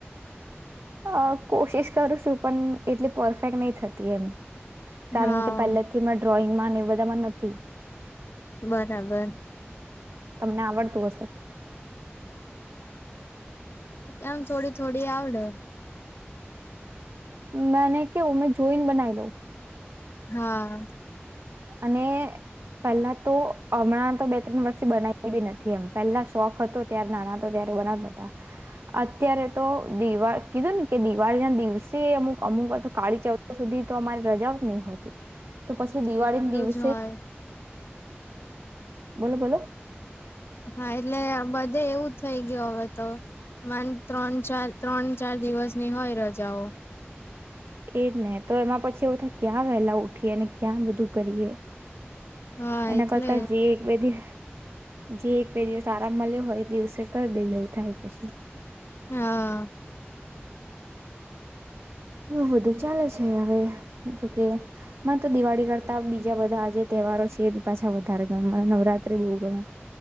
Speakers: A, on the right; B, on the left.
A: અ કોશિશ કરું છું પણ એટલી પરફેક્ટ નહી થતી એમ. કારણ
B: હા
A: કે પહેલે થી મે ડ્રોઈંગમાં એ બધામાં નથી
B: બરાબર
A: તમને આવડતું હશે.
B: એમ થોડી થોડી આવડે.
A: મેને કું મે જોઈન બનાઈ લઉં.
B: હા.
A: અને પહેલા તો. હમણાં તો બે ત્રણ વર્ષથી બનાવી. બી નથી એમ પહેલા શોખ હતો ત્યારે નાના તો ત્યારે બનાતા હતા અત્યારે તો દિવા કીધું ને કે દિવાળી ના દિવસે અમુક અમુક. કાી ચૌ સુધી. તો અમારી રજાઓ જ નહી હોતી. તો પછી દિવાળી.
B: જર.
A: બોલો બોલો.
B: હા એટલે બધે એવું થઈ ગયું હવે તો માન ત્રણ ચાર ત્રણ ચાર દિવસ ની હોય રજાઓ.
A: એજ ને તો એમાં પછી એવું થાય ક્યાં વહેલા ઉઠીએ અને ક્યાં બધું કરીએ.
B: હા
A: એના
B: એટલે
A: કરતા જે એક બે દિવ જે. બે દિવસ આરામ મળ્યો હોય દિવસે. કરી દઈ એવું થાય પછી.
B: હા
A: એવું બું ચાલે છે હવે જોકે તો દિવાળી કરતા બીજા બધા આ જે તહેવારો છે એ બી પાછા વધારે ગમે મને નવરાત્રી બહુ ગમે.